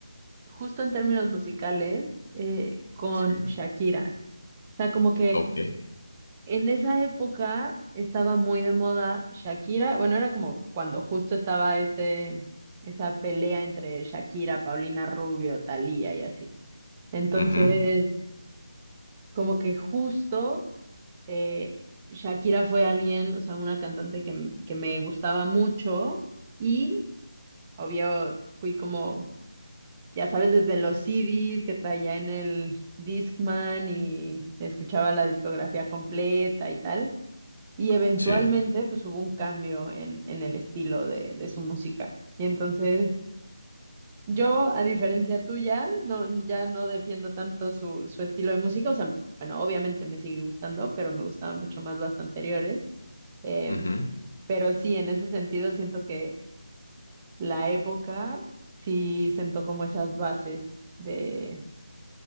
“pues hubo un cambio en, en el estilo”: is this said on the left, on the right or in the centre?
Right